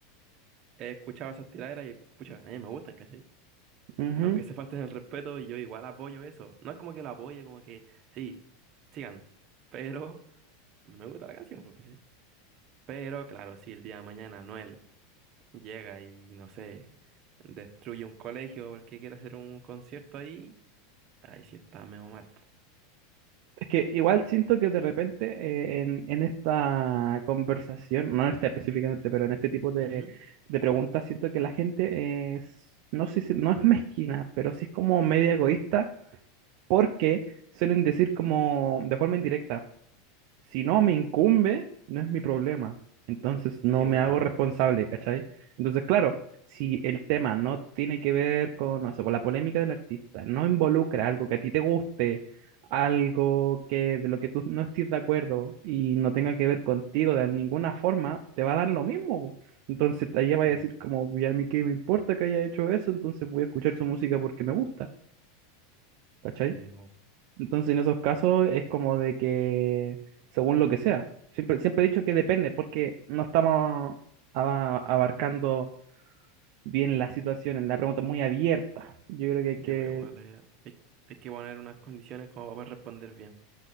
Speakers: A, on the right (about 35°); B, on the right (about 55°).
A: he escuchado esas tiraderas y pucha, a mí me gustan, ¿cachai?
B: ujú.
A: Aunque se falten el respeto, yo igual apoyo eso. No es como que lo apoye, como que sí, sigan. Pero me gusta la canción, pues, ¿cachai? Pero claro, si el día de mañana Anuel llega y no sé, destruye un colegio porque quiere hacer un concierto ahí, ahí sí está medio mal. po.
B: Es que igual siento que de repente eh, en, en esta conversación, no en esta específicamente, pero en este tipo de,
A: Ujú.
B: de preguntas, siento que la gente es, no sé si, no es mezquina, pero sí es como media egoísta porque suelen decir como de forma indirecta. si no me incumbe, no es mi problema. Entonces no
A: Sí,
B: me
A: bo,
B: hago responsable, ¿cachai? Entonces, claro, si el tema no tiene que ver con, no sé, con la polémica del artista, no involucra algo que a ti te guste, algo que de lo que tú no estés de acuerdo y no tenga que ver contigo de ninguna forma, te va a dar lo mismo. po. Entonces, ahí va
A: sí,
B: a decir
A: bo,
B: como, ya a mí qué me importa que haya hecho eso, entonces voy a escuchar su música porque me gusta, ¿cachai?
A: sí, bo,
B: Entonces, en esos casos es como de que, según lo que sea, siempre, siempre he dicho que depende, porque no estamos aba- abarcando bien la situación, la pregunta es muy abierta. Yo creo que hay
A: sí,
B: que,
A: bo, igual eh, hay, hay que poner unas condiciones como para poder responder bien.